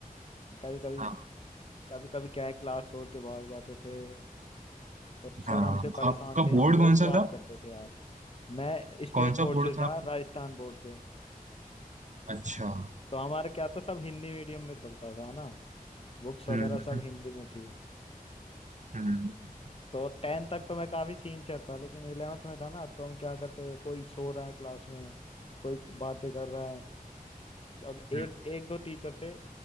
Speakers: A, on the left (about 40°); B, on the right (about 55°).
A: कभी कभी
B: हाँ।
A: कभी कभी क्या है क्लास छोड़ के भाग जाते थे और सर
B: हाँ
A: हमसे परेशान
B: आपका
A: थे हम
B: बोर्ड
A: बहुत
B: कौन
A: बात
B: सा था
A: करते थे यार मैं स्टेट
B: कौन
A: बोर्ड
B: सा बोर्ड
A: से था
B: था आपका
A: राजस्थान बोर्ड से
B: अच्छा
A: तो हमारा क्या था सब हिंदी मीडियम में चलता था ना बुक्स वगैरह
B: हम्म
A: सब
B: हम्म
A: हिंदी में थी
B: हम्म
A: तो टेंथ तक तो मैं काफी सीनियर था लेकिन इलेवेंथ में था ना तो हम क्या करते थे कोई सो रहा है क्लास में कोई बातें कर रहा है और एक
B: हम्म
A: एक दो टीचर थे